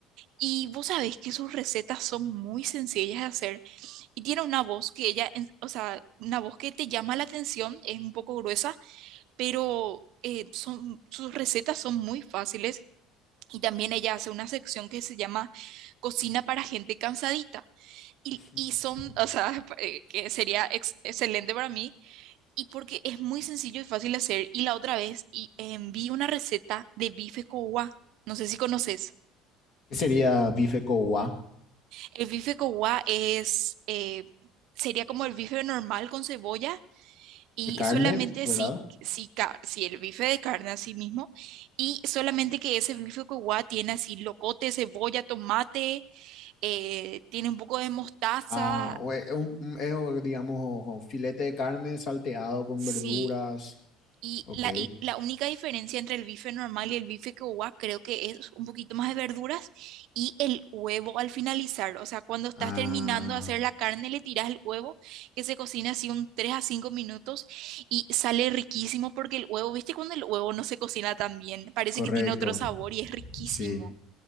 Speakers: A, on the right (about 60°); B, on the left (about 45°).
A: Y vos sabés que sus recetas son muy sencillas de hacer y tiene una voz que ella, en- o sea, una voz que te llama la atención, es un poco gruesa, pero eh, son, sus recetas son muy fáciles y también ella hace una sección que se llama Cocina para gente cansadita y,
B: <laughs>
A: y son, o sea, <laughs> eh, que sería ex- excelente para mí y porque es muy sencillo y fácil de hacer y la otra vez y, eh, vi una receta de bife cowa, no sé si conoces.
B: ¿Qué sería bife cowa?
A: El bife con es, eh, sería como el bife normal con cebolla y
B: De carne,
A: solamente
B: ¿verdad?
A: si, si, ca- si el bife de carne así mismo y solamente que ese bife con tiene así locote, cebolla, tomate, eh, tiene un poco de mostaza,
B: Ah, o e- un, un- es, o, digamos, o filete de carne salteado con
A: sí,
B: verduras.
A: Y
B: Ok.
A: la, y la única diferencia entre el bife normal y el bife quechua creo que es un poquito más de verduras y el huevo al finalizar. O sea, cuando estás
B: Ah,
A: terminando de hacer la carne, le tiras el huevo que se cocina así un 3 a 5 minutos y sale riquísimo porque el huevo, ¿viste cuando el huevo no se cocina tan bien? Parece
B: correcto.
A: que tiene otro sabor y es riquísimo.
B: Sí.